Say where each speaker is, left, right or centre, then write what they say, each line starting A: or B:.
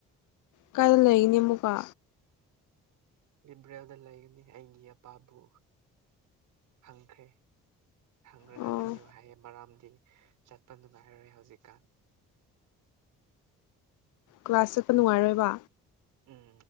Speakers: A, on the left; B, on the right.
A: ꯀꯥꯏꯗ ꯂꯩꯔꯤꯅꯤ ꯑꯃꯨꯛꯀ
B: ꯂꯤꯕ꯭ꯔꯌꯥꯗ ꯂꯩꯒꯅꯤ ꯑꯩꯒꯤ ꯑꯄꯥꯕꯨ ꯈꯪꯈ꯭ꯔꯦ ꯍꯪꯔꯒ
A: ꯑꯣ
B: ꯂꯩꯌꯨ ꯍꯥꯏꯌꯦꯦ ꯃꯔꯝꯗꯤ ꯆꯠꯄ ꯅꯨꯡꯉꯥꯏꯔꯣꯏ ꯍꯧꯖꯤꯛꯀꯥꯟ
A: ꯀ꯭ꯂꯥꯁ ꯆꯠꯄ ꯅꯨꯡꯉꯥꯏꯔꯣꯏꯕ
B: ꯎꯝ